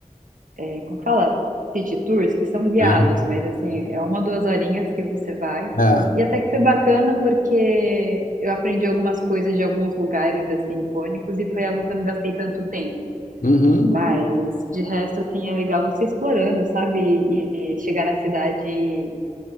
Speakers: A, on the right; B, on the left.
A: é, como que fala? City tours, que são guiados,
B: aham.
A: mas assim, é uma, duas horinhas que você vai.
B: Ah,
A: E até que foi bacana porque eu aprendi algumas coisas de alguns lugares, assim, icônicos, e foi algo que eu não gastei tanto tempo.
B: uhum.
A: Mas, de resto, assim, é legal você explorando, sabe? E, e chegar na cidade...